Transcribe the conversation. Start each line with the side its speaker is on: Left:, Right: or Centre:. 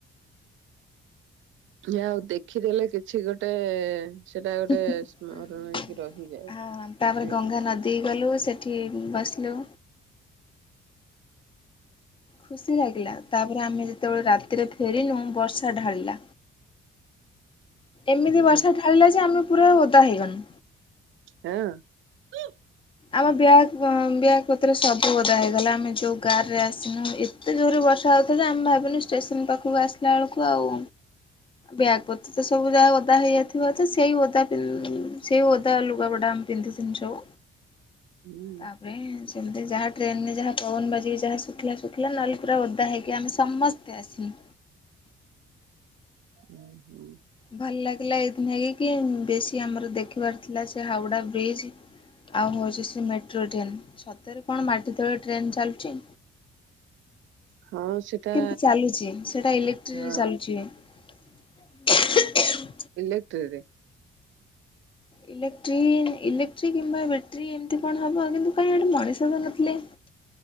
Right: ଆଉ ଦେଖିଦେଲେ କି? ଛି ଗୋଟେ ସେଟା ଗୋଟେ
Left: ହିଁ ହିଁ ଆ
Right: ସ୍ମରଣ ହେଇକି ରହିଯାଏ
Left: ତାପରେ
Right: ନାଇଁ
Left: ଗଙ୍ଗା ନଦୀ ଗଲୁ ସେଠି ବସିଲୁ ଖୁସି ଲାଗିଲା ତାପରେ ଆମେ ଯେତେବେଳେ ରାତିରେ ଫେରିଲୁ ବର୍ଷା ଢାଳିଲା ଏମିତି ବର୍ଷା
Right: କି
Left: ଢାଳିଲା ଯେ ଆମେ ପୁରା ଓଦା ହେଇଗନୁ
Right: ହଁ ଉ
Left: ଆମ ବ୍ୟାଗ ବ୍ୟାଗ୍ ପତ୍ରରେ ସବୁ ଓଦା ହେଇଗଲା ଆମେ ଯୋଉ ଗାର ରେ ଆସିନୁ ଏତେ ଜୋରରେ ବର୍ଷା ହଉଥିଲା ଯେ ଆମ ବ୍ୟାଗ୍ ବା ବ୍ୟାଗ୍ ପତ୍ର ସବୁ ଓଦା ହେଇଗଲା ଆମେ ଯୋଉ କାର୍ ରେ ଆସିନୁ ଏତେ ଜୋରେ ବର୍ଷା ହୋଉଥିଜା। ଆମେ ଭାବିନୁ ଷ୍ଟେସନ ପାଖକୁ ଆସିଲା ବେଳକୁ ଆଉ ବ୍ୟାଗ୍ ପତ୍ର ତ ସବୁ ଯାହା ଓଦା ହେଇଯାଇଥିବ ତ ସେଇ ଓଦା ପିନ୍ ସେଇ ଓଦା ଲୁଗାପଟା ଆମେ ପିନ୍ଧିିଥିନୁ ସବୁ
Right: ହୁଁ
Left: ତାପ୍ ରେ ଶ୍ ଯେମତୀ ଯାହା ଟ୍ରେନରେ ଯାହା ଫୋନ୍ ବାଜି କି ଯାହା ଯାହା ଶୁଖିଲା ଶୁଖିଲା ନଲେ ପୁରା ଓଦା ହେଇକି?
Right: ଓ ହୋ ହୁଁ
Left: ଭଲ ଲାଗିଲା ଏଦ୍ ଏଇକି ବେଶୀ ଆମର ଦେଖିବାର ଥିଲା ସେ ହାଉଡା ବ୍ରିଜ ଆଉ ହଉଛି ସେ ମେଟ୍ରୋ ଟ୍ରେନ ସତରେ କଣ ମାଟି ତଳେ ଟ୍ରେନ ଚାଲୁଚି
Right: ହଁ ସେଟା
Left: କିନ୍ତୁ ଚାଲୁଚି ସେଟା ଇଲେକ୍ଟ୍ରିକ
Right: ହଁ
Left: ଚାଲୁଛି। <inaudible>
Right: ବିଲେ ତେରେ
Left: ଇଲେଟ୍ରି ଇଲେକ୍ଟ୍ର କିମ୍ବା ବ୍ୟାଟ୍ରି ଏମିତି କଣ ହବ କିନ୍ତୁ କାଇଁ ଏଟି ମଣିଷ ବି ନଥିଲେ।